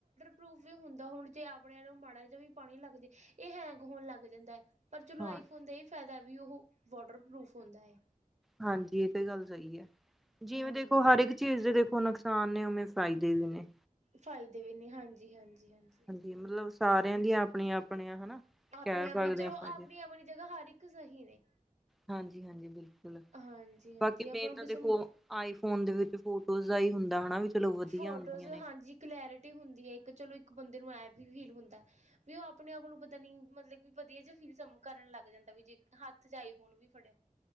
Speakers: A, on the right; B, in the centre.
A: ਪ੍ਰੂਫ ਵੀ ਹੁੰਦਾ। ਹੁਣ ਜੇ ਆਪਣੇ ਨੂੰ ਮਾੜਾ ਜਿਆ ਵੀ ਪਾਣੀ ਲੱਗ ਜਾ। ਇਹ ਹੈਂਗ ਹੋਣ ਲੱਗ ਜਾਂਦਾ ਏ। ਪਰ ਚਲੋ
B: ਹਾਂ
A: ਆਈਫੋਨ ਦਾ ਏ ਫੈਦਾ ਵੀ ਓ ਵਾਟਰਪਰੂਫ ਹੁੰਦਾ ਏ।
B: ਹਾਂਜੀ ਏ ਤੇ ਗੱਲ ਸਈ ਆ। ਜਿਵੇਂ
A: ਹਾਂਜੀ-ਹਾਂਜੀ
B: ਦੇਖੋ ਹਰ ਇੱਕ ਚੀਜ਼ ਦੇ ਦੇਖੋ ਨਾ। ਨੁਕਸਾਨ ਨੇ ਉਨੇ ਫਾਈਦੇ ਦੇ ਵੀ ਨੇ।
A: ਫਾਇਦੇ ਵੀ ਨੇ ਹਾਂਜੀ -ਹਾਂਜੀ -ਹਾਂਜੀ।
B: ਹਾਂਜੀ ਮਤਲਬ ਸਾਰਿਆਂ ਦੀਆਂ ਆਪਣੀਆਂ - ਆਪਣੀਆਂ ਹਨਾ।
A: ਆਪਣੀ
B: ਕਹਿ
A: -
B: ਸਕਦੇ
A: ਆਪਣੀ ਚਲੋ
B: ਹਾਂ ਆਪਾਂ ਇਹਦੇ
A: ਆਪਣੀ -ਆਪਣੀ ਜਗ੍ਹਾ ਹਰ ਇੱਕ ਸਹੀ ਨੇ।
B: ਹਾਂਜੀ -ਹਾਂਜੀ ਬਿਲਕੁਲ
A: ਹਾਂਜੀ-ਹਾਂਜੀ
B: ਬਾਕੀ।
A: ਆਪਾਂ
B: ਮੇਨ
A: ਨੂੰ
B: ਤਾਂ
A: ਕਿਸੇ
B: ਦੇਖੋ
A: ਨੂੰ
B: ਆਈਫੋਨ ਦੇ ਵਿੱਚ ਫੋਟੋਜ਼ ਦਾ ਈ ਹੁੰਦਾ ਹੋਨਾ ਵੀ। ਚਲੋ ਵਧੀਆ
A: ਫੋਟੋਜ਼
B: ਆਉਂਦੀਆਂ ਨੇ
A: ਹਾਂਜੀ ਕਲੈਰਿਟੀ ਹੁੰਦੀ ਏ। ਇੱਕ ਚਲੋ ਇੱਕ ਬੰਦੇ ਨੂੰ ਐ ਵੀ ਫੀਲ ਹੁੰਦਾ। ਵੀ ਓ ਆਪਣੇ ਆਪ ਨੂੰ ਪਤਾ ਨੀ ਮਤਲਬ ਕਿ ਵਧੀਆ ਜਾ ਫੀਲ ਕਰਨ ਲੱਗ ਜਾਂਦਾ ਵੀ ਜੇ ਹੱਥ 'ਚ ਆਈ ਫੋਨ। ਵੀ ਫੜਿਆ।